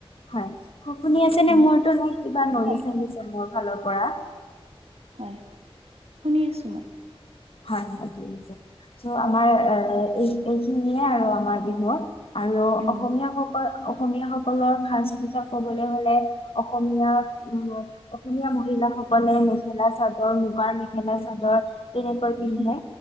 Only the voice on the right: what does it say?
উম,
হয়।
হয়, শুনি আছোঁ মই।
উম
উম